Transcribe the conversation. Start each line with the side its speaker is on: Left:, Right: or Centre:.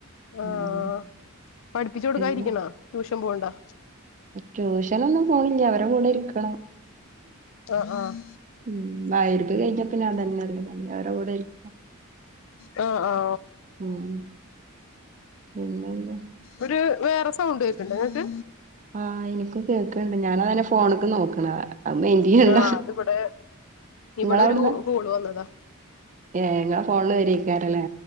Left: ആഹ്
Right: ഉം
Left: പഠിപ്പിച്ചു കൊടുക്കാൻ
Right: പിന്നെ
Left: ഇരിക്കണ ട്യൂഷൻ പോവ്ണ്ടോ
Right: ട്യൂഷനൊന്നും പോണില്ല അവരെ കൂടെ ഇരിക്കണം
Left: ആഹ് ആഹ്
Right: ഉം മഹരിബ് കഴിഞ്ഞ പിന്നെ ഞാൻ തന്നെ അവരടെ കൂടെ ഇരിക്ക
Left: ആ ആ
Right: ഉം പിന്നെന്താ
Left: ഒരു വേറെ സൗണ്ട് കേക്കണ്ട് ഇങ്ങക്ക്
Right: ആഹ് എനിക്കും കേൾക്കണ്ട് ഞാന താണെ ഫോണൊക്കെ നോക്കണത് അത് മൈന്റ് ചെയ്യണ്ട
Left: ആഹ് അത് ഇവടെ ഇവിടെ
Right: ഇങ്ങളവ്ട്ന്ന്
Left: ഒരു കോള് വന്നതാ
Right: ഏഹ് ഇങ്ങളെ ഫോണില് വരേക്കാരല്ലേ